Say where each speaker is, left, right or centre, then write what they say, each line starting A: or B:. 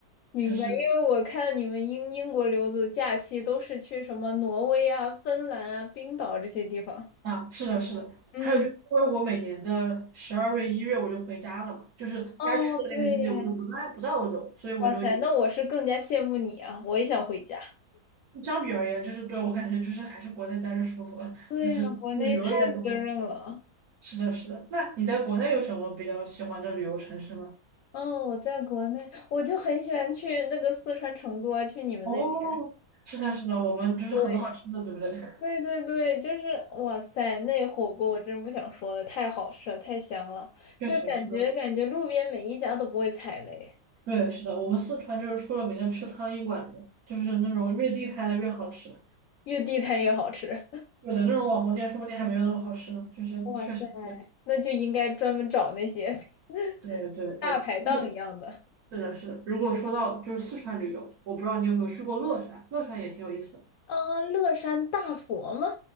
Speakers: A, on the left (about 70°); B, on the right (about 70°).
A: 明白。
B: 就是
A: 因为我看你们英英国留子假期都是去什么挪威啊、芬兰啊、冰岛这些地方，
B: 啊，是的，是的。
A: 嗯。
B: 还有就是，因为我每年的十二月、一月我就回家了嘛，就是该去的那个季节我就不在不在欧洲，
A: 哦，对耶，
B: 所以我就也
A: 哇塞，那我是更加羡慕你啊！我也想回家。
B: 相比而言，就是对我感觉就是还是国内待着舒服，
A: 对呀，
B: 就是旅游也多。
A: 国内太滋润了。
B: 是的，是的。那你在国内有什么比较喜欢的旅游城市吗？
A: 嗯，我在国内，我就很喜欢去那个四川成都啊，去你们那边。
B: 哦，是的，是的，我们就是很多好吃的，
A: 对，
B: 对不对？<laughs>
A: 对对对，就是哇塞，那火锅我真不想说了，太好吃了，太香了，
B: 确实是的，
A: 就是感觉感觉路边每一家都不会踩雷，
B: 对，是的，我们四川就是出了名的吃苍蝇馆子，就是那种越地摊的越好吃。
A: 越地摊越好吃。<laughs>
B: 有的那种网红店说不定还没有那么好吃呢，就是确实是这样。
A: 哇塞，那就应该专门找那些
B: 对对对，
A: <laughs> 大排档一样的。
B: 如果是的，是的。如果说到就是四川旅游，我不知道你有没有去过乐山，乐山也挺有意思的。
A: 啊，乐山大佛吗？